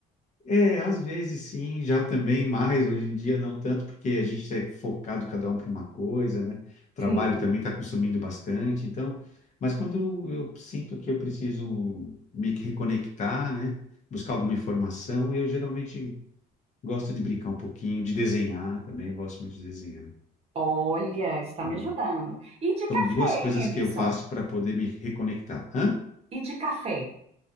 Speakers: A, on the left; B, on the right.
A: É, às vezes sim, já também mais, hoje em dia não tanto, porque a gente é focado cada um para uma coisa, né? O trabalho
B: Sim.
A: também está consumindo bastante, então, mas quando eu sinto que eu preciso me reconectar, né? Buscar alguma informação, eu geralmente gosto de brincar um pouquinho, de desenhar também, eu gosto muito de desenhar.
B: Olha, está
A: né?
B: me ajudando. E de café,
A: São duas coisas
B: hein, Emerson?
A: que eu faço para poder me reconectar. Hã?
B: E de café?